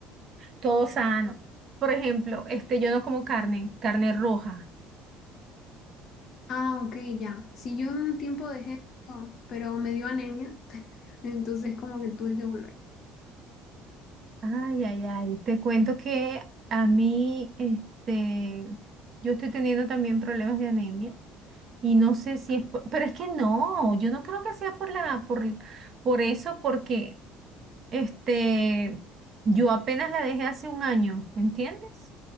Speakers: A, on the right; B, on the left.
A: todo sano. Por ejemplo, este, yo no como carne, carne roja,
B: Ah, ok, ya. Si yo un tiempo dejé, oh, pero me dio anemia, <laughs> entonces como que tuve que volver.
A: Ay, ay, ay, te cuento que a mí, este, yo estoy teniendo también problemas de anemia y no sé si es, por- pero es que no, yo no creo que sea por la, por, por eso, porque, este, yo apenas la dejé hace un año, ¿me entiendes?